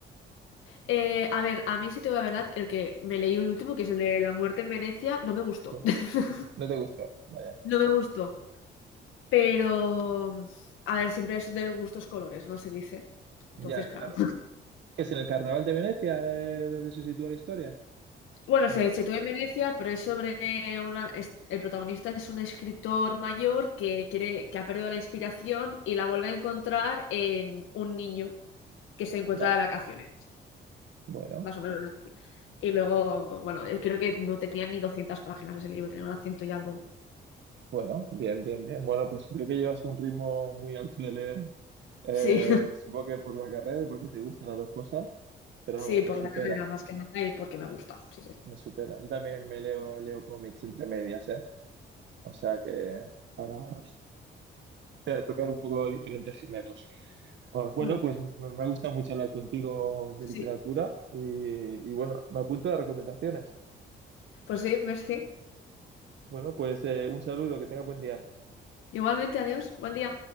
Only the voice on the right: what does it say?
Sí.
No te gustó, vaya.
Ya,
claro.
¿Qué es en el Carnaval de Venecia, eh, donde se sitúa la historia?
¿O
no?
Vale.
Bueno.
Bueno, bien, bien, bien. Bueno, pues veo que llevas un ritmo muy alto de leer. Eh,
supongo que por la carrera y porque te gustan las dos cosas, pero
vamos,
me supera,
me supera. Yo también me leo, leo cómics entre medias, ¿eh? O sea que para eh, tocar un poco diferentes géneros. Ah, Bueno,
pues me me ha gustado mucho hablar contigo de
literatura y, y bueno, me apunto a las recomendaciones.
Bueno, pues eh, un saludo, que tenga buen día.